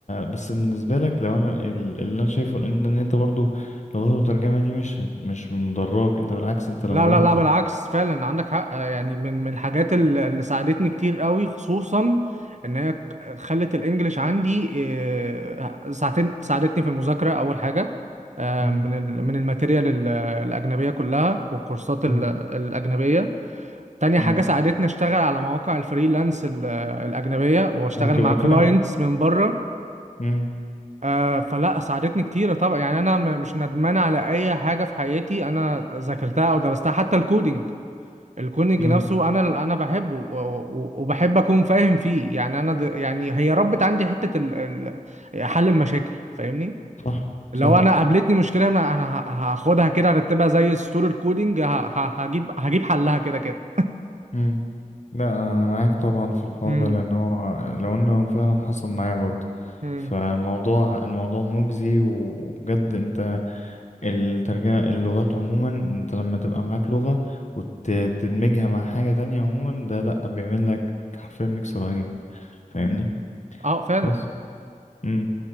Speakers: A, on the left; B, on the right.
A: بس بالنسبة لك لو انا ال- اللي انا شايفه ان ان انت برضو لو غلطت الترجمة دي مش هت- مش مضراك انت بالعكس انت لو
B: لا لا
A: انت
B: لا بالعكس فعلا عندك حق آه، يعني من من الحاجات ال- اللي ساعدتني كتير قوي خصوصا ان هي ك- خلت الانجليش عندي آه، ساعتين ساعدتني في المذاكره اول حاجه آه،
A: امم
B: من ال- من الماتيريال ال- الاجنبيه كلها والكورسات
A: امم
B: ال- الاجنبيه تاني
A: امم
B: حاجه ساعدتني اشتغل على مواقع الفريلانس ال- الاجنبيه واشتغل
A: وتبقى
B: مع كلاينتس
A: فاهم
B: من بره
A: امم
B: آه، فلا ساعدتني كتير طبعا يعني انا م- مش ندمان على اي حاجه في حياتي انا ذاكرتها او درستها حتى الكودينج الكونج
A: امم
B: نفسه انا انا بحبه و- و- وبحب اكون فاهم فيه يعني انا د... يعني هي ربت عندي حته ال... ال... حل المشاكل فاهمني
A: صح
B: لو
A: صح
B: انا قابلتني مشكله انا انا ه- هاخدها كده ارتبها زي السطور الكودينج ه... ه... هجيب هجيب حلها كده كده
A: امم لا انا معاك طبعا في الحوار
B: امم
A: ده لان هو لو انه فعلا حصل معايا برضو
B: امم
A: فالموضوع الموضوع مجزي و- وبجد انت الترجمة اللغات عموما انت لما تبقى معاك لغة وتدمجها مع حاجة تانية عموما ده لأ بيعمل لك حرفيا ميكس رهيب فاهمني
B: اه فعلا
A: بس امم